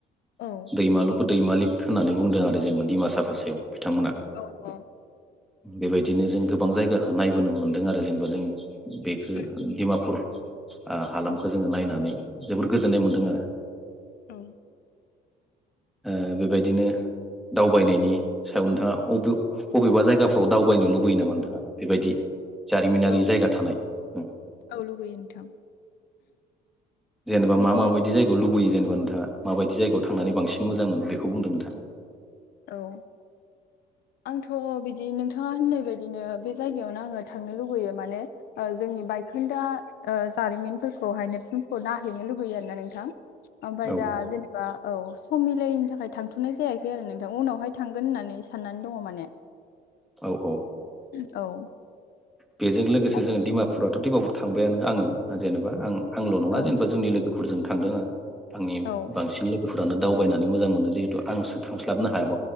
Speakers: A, on the left (about 70°); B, in the centre.
A: औ
B: दैमालु खौ दैमालिक होननानै बुंदों आरो जेनेबा दिडिमासा फासायाव बिथांमोना
A: अ'
B: बेबायदिनो जों गोबां जायगाखौ नायबोनो मोनदों आरो जेनेबा जों बेखौ
A: उम
B: दिमापुर ओ हालामखौ जोङो नायनानै जोबोर गोजोननाय मोनदों आरो
A: औ
B: ओ बेबायदिनो दावबायनायनि सायाव नोंथाङा अ'बे अ'बेबा जायगाफ्राव दावबायनो लुबैयो नामा नोंथाङा बेबायदि जारिमिनारि
A: औ
B: जायगा थानाय ओं
A: औ लुगैयो नोंथां
B: जेनेबा
A: बिदि
B: मा माबायदि जायगायाव लुबैयो जेनबा नोंथाङा माबायदि जायगायाव थांनानै बांसिन मोजां मोनो बेखौ बुंदों नोंथाङा
A: औ आंथ' बिदि नोंथाङा होननाय बायदिनो बे जायगायावनो आङो थांनो लुगैयो माने ओ जोंनि बायखोन्दा ओ जारिमिनफोरखौहाय नेरसोनखौ नायहैनो लुगैयो आरोना नोंथां ओमफाय
B: औ
A: दा जेनेबा औ सम' मिलायनि थाखाय थांथ'नाय जायाखै आरो नों दा उनावहाय थांगोन होननानै साननानै दङ माने
B: औ औ
A: औ
B: बेजों लोगोसे
A: आरो
B: जों दिमापुराथ'
A: औ
B: दिमापुर था थांबायानो आंङो जेनेबा आं आंल' नङा
A: औ
B: जेनेबा जोंनि लोगो फोरजों थांदों आं। आंनि
A: औ
B: बांसिन लोगो फोरानो दावबायनानै मोजां मोनो जिहेतु आंसो थांस्लाबनो हायाब